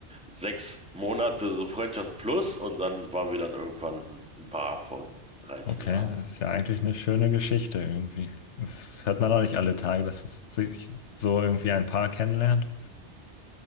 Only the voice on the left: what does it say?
Okay,
das ist ja eigentlich eine schöne Geschichte irgendwie. Das hört man auch nicht alle Tage, dass man sich so irgendwie ein Paar kennenlernt.